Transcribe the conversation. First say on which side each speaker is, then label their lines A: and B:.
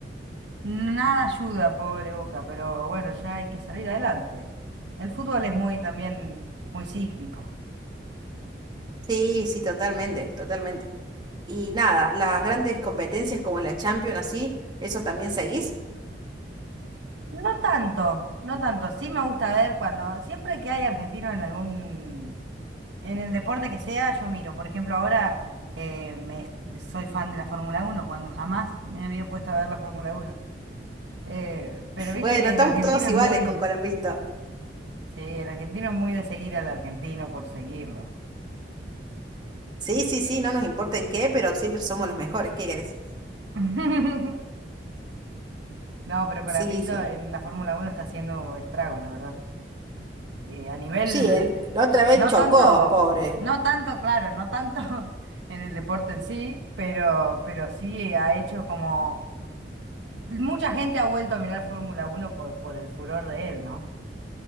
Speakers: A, on the right; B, on the right.
A: nada ayuda, pobre Boca, pero bueno, ya hay que salir adelante. El fútbol es muy también muy cíclico.
B: Sí, sí, totalmente, totalmente. Y nada, las grandes competencias como la Champions, así, ¿eso también seguís? <laughs>
A: No tanto, no tanto. Sí me gusta ver cuando, siempre que hay argentinos en algún, en el deporte que sea, yo miro. Por ejemplo, ahora eh, me, soy fan de la Fórmula Uno cuando jamás me había puesto a ver la Fórmula Uno Eh, pero viste
B: Bueno,
A: que
B: estamos
A: el argentino
B: todos
A: es
B: iguales
A: muy,
B: con Colapinto.
A: sí, el argentino es muy de seguir al argentino por seguirlo.
B: Sí, sí, sí, no nos importa en qué, pero siempre somos los mejores, ¿qué querés?
A: <laughs> No, pero Colapinto
B: Sí, sí.
A: en la Fórmula uno está haciendo estragos, la verdad. Eh, a nivel,
B: Sí, él, la otra vez
A: no
B: chocó,
A: tanto,
B: pobre.
A: no tanto, claro, no tanto <laughs> en el deporte en sí, pero, pero sí ha hecho como, mucha gente ha vuelto a mirar Fórmula uno por, por el furor de él, ¿no?